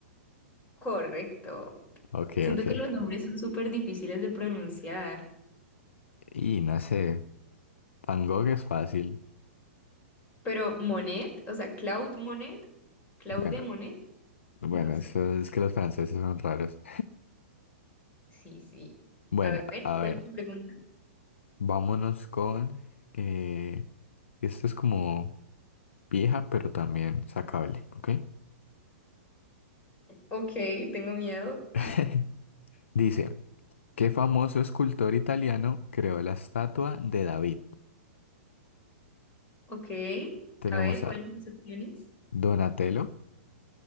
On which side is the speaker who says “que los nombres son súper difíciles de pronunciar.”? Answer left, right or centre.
Left